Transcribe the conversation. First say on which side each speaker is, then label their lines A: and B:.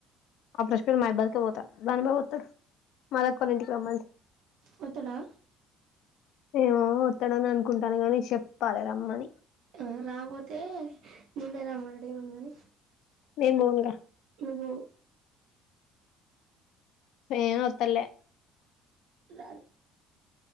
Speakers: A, on the left; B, on the right.
A: ఆ ప్రశకుడికే మా యబ్బ పోత దని బాబత్త మదక్క కోళ్ల ఇంటికి రమ్మంట
B: వత్తడా
A: ఏమో వస్తాడని అనుకుంటాను గాని చెప్పాలి రమ్మని
B: ఆ రాపోతే నిన్నే రామడాడు ఏముంది కాని
A: నేను పోనుగా
B: నువ్ పోవు
A: నేన్ వత్తలే
B: రాద్